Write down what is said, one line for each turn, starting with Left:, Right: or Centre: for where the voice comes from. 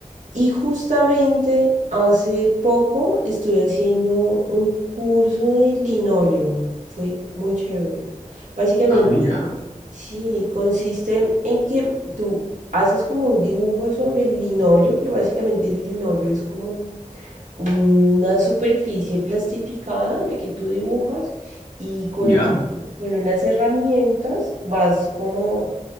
Right: Y justamente hace poco estuve haciendo un curso de linóleo. Fue muy chévere. Básicamente
Left: Ah, mira,
Right: Sí, consiste en que tú haces como un dibujo sobre el linóleo, que básicamente el linóleo es como una superficie plastificada en la que tú dibujas y con,
Left: ya.
Right: un- con unas herramientas vas como